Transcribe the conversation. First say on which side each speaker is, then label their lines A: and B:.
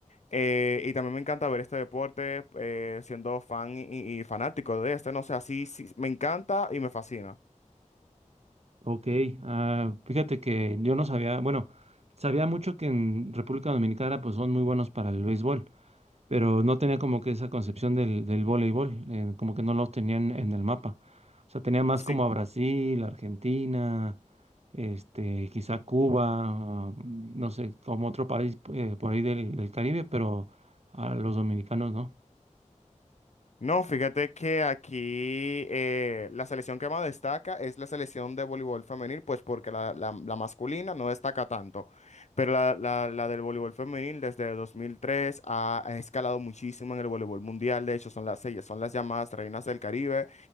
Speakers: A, on the left; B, on the right.
A: Eh, y también me encanta ver este deporte, eh, siendo fan y, y fanático de este, no sé, así sí, me encanta y me fascina.
B: Ok, ah, fíjate que yo no sabía, bueno, sabía mucho que en República Dominicana pues son muy buenos para el béisbol, pero no tenía como que esa concepción del, del voleibol, eh, como que no lo tenían en el mapa. O sea, tenía más
A: Sí.
B: como a Brasil, Argentina, este, quizá Cuba, ah, no sé, como otro país eh, por ahí del, del Caribe, pero a los dominicanos no.
A: No, fíjate que aquí eh, la selección que más destaca es la selección de voleibol femenil, pues porque la, la- la masculina no destaca tanto, pero la, la- la del voleibol femenil desde 2003 ha, ha escalado muchísimo en el voleibol mundial, de hecho son las, ellas son las llamadas reinas del Caribe.